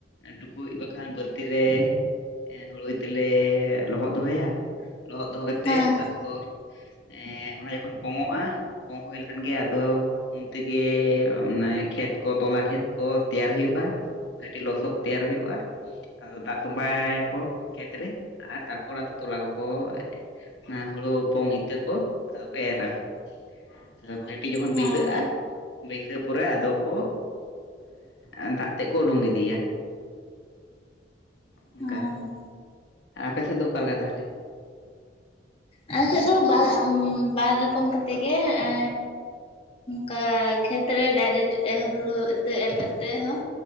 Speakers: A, on the left; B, on the left.
A: ᱴᱩᱠᱩᱡ ᱵᱟᱠᱷᱟᱱ ᱵᱟᱹᱞᱛᱤ ᱨᱮ ᱮ ᱦᱩᱲᱩ ᱤᱛᱟᱹᱞᱮ ᱞᱚᱦᱚᱫ ᱫᱚᱦᱚᱭᱟ ᱞᱚᱦᱚᱫ ᱫᱚᱦᱚ ᱠᱟᱛᱮᱜ
B: ᱦᱮᱸ
A: ᱛᱟ ᱯᱚᱨ ᱮᱜ ᱚᱱᱟ ᱡᱚᱠᱷᱚᱱ ᱯᱚᱝᱚᱜ-ᱟ ᱯᱚᱝ ᱦᱩᱭ ᱞᱮᱠᱷᱟᱱ ᱜᱮ ᱟᱫᱚ ᱩᱱ ᱛᱮ ᱜᱮᱻ ᱚᱱᱮ ᱠᱷᱮᱛ ᱠᱚ ᱛᱚᱞᱟ ᱠᱷᱮᱛ ᱠᱚ ᱛᱮᱭᱟᱨ ᱦᱩᱭᱩᱜ-ᱟ ᱵᱷᱟᱹᱴᱤ ᱞᱚᱥᱚᱫ ᱛᱮᱭᱟᱨ ᱦᱩᱭᱩᱜ-ᱟ ᱟᱫᱚ ᱫᱟᱜ ᱛᱚᱸᱵᱟᱻᱭᱟᱠᱚ ᱠᱷᱮᱛ ᱨᱮ ᱟᱨ ᱛᱟᱨᱯᱚᱨ ᱟᱫᱚ ᱛᱚᱞᱟ ᱠᱚᱠᱚ ᱚᱱᱟ ᱦᱩᱲᱩ ᱦᱚᱯᱚᱝ ᱤᱛᱟᱹ ᱠᱚ ᱟᱫᱚ ᱠᱚ ᱮ ᱨᱟᱠᱚ᱾ ᱟᱫᱚ ᱵᱷᱟᱹᱜᱤ ᱴᱤᱜ ᱡᱚᱠᱷᱚᱱ
B: ᱦᱮᱸ
A: ᱵᱟᱹᱭᱥᱟᱹᱜ-ᱟ ᱵᱟᱹᱭᱥᱟᱹᱣ ᱯᱚᱨᱮ ᱟᱫᱚ ᱠᱚ ᱮᱜ ᱫᱟᱜ ᱛᱮ ᱠᱚ ᱩᱰᱩᱝ ᱜᱫᱤᱭᱟ ᱚᱝᱠᱟ
B: ᱦᱮᱸ
A: ᱟ ᱟᱯᱮᱥᱮᱫ ᱫᱚ ᱚᱠᱟ ᱞᱮᱠᱟ ᱛᱟᱦᱞᱮ?
B: ᱟᱞᱮ ᱥᱮᱜ ᱫᱚ ᱵᱟ ᱵᱟᱨ ᱨᱚᱠᱚᱢ ᱠᱟᱛᱮ ᱜᱮ ᱮ ᱠᱟ ᱠᱷᱮᱛ ᱨᱮ ᱰᱟᱭᱨᱮᱴ ᱦᱩᱲᱳ ᱤᱛᱟᱹ ᱮᱨ ᱠᱟᱛᱮ ᱦᱚᱸ